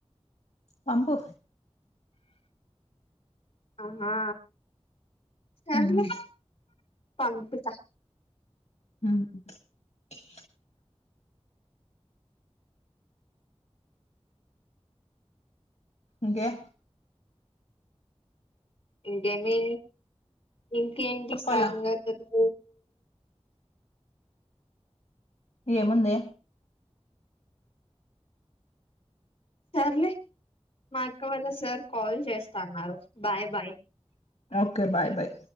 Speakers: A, on the left; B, on the left.
A: పంపు
B: ఆహా సర్లే
A: ఉమ్
B: పంపుత
A: మ్మ్ ఇంకేం
B: ఇంకేమీ ఇంకేంటి
A: చెప్పాలా
B: సంగతులు
A: ఏముంది
B: సర్లే మా అక్క వాళ్ళ సార్ కాల్ చేస్తా అన్నారు bye bye
A: okay bye bye